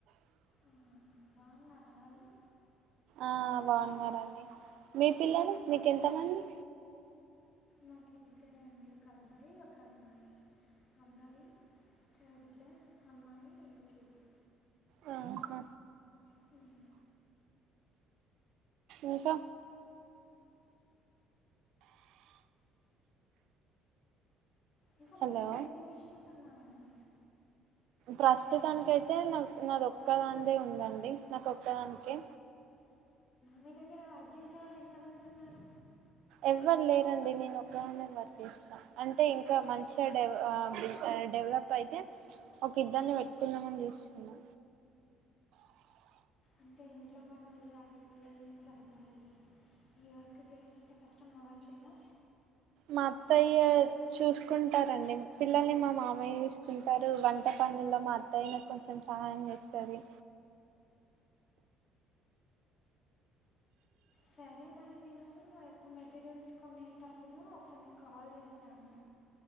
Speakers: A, on the left; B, on the right.
A: అవునా, బాగున్నారా వాళ్ళు
B: ఆ బాగున్నారండి మీ పిల్లలు మీకెంతమంది
A: మాకు ఇద్దరండి ఒక అబ్బాయి, ఒక అమ్మాయి, అబ్బాయి థర్డ్ క్లాస్. అమ్మాయి యూకేజీ
B: రావ్ అకా
A: హ్మ్
B: ఇంకా
A: ఇంకా
B: హలో
A: మీ దగ్గర ఎన్ని మిషన్స్ ఉన్నాయండి
B: ప్రస్తుతానికి అయితే నాకు నాది ఒక్కదాందే ఉందండి నాక ఒక్కదానికే.
A: మీ దగ్గర వర్క్ చేసే వాళ్ళు ఎంతమంది ఉన్నారు
B: ఎవ్వరు లేరండి నేను ఒక్కదాన్నే వర్క్ చేస్తా అంటే ఇంకా
A: అవునా
B: మంచిగాడెవ్ ఆ డె డెవలప్ అయితే ఒక ఇద్దరిన్ని పెట్టుకుందామని చూస్తున్నా
A: అంటే ఇంట్లో పనులు చేయాలి పిల్లల్ని సర్దాలి ఈ వర్క్ చెయ్యాలంటే కష్టం అవ్వ ట్లేదా
B: మా అత్తయ్య చూస్కుం టారండి పిల్లల్ని మా మామయ్య చూసుకుంటారు వంట పనుల్లో మా అత్తయ్య నాకు కొంచెం సహాయం చేస్ తది
A: సరే మరి నేను రేపు మెటీరియల్స్ కొనేటప్పుడు ఒకసారి మీకు కాల్ చేస్తాను